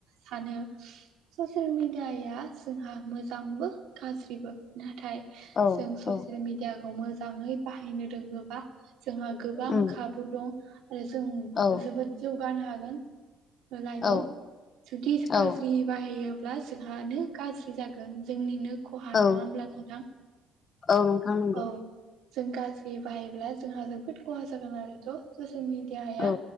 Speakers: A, on the right; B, on the left.
A: सानो ससियेल मिडियाया जोंहा मोजांबो गाज्रिबो नाथाय
B: औ
A: जों ससियेल
B: औ
A: मिडियाखौ मोजाङै बाहायनो रोङोबा जोंहा गोबां
B: उम
A: खाबु दं आरो जों
B: औ
A: जोबोद जौगानो हागोन। लाइफआव
B: औ
A: जुदिस
B: औ
A: गाज्रि बाहायोब्ला जोंहानो गाज्रि जागोन जोंनिनो ख'हा
B: औ
A: नङा होमब्ला नोंथां?
B: औ नोंथां नोंगौ।
A: औ जों गाज्रि बाहायब्ला जोंहा जोबोद ख'हा जागोन आरोथ' ससेयेल मिडियाया
B: औ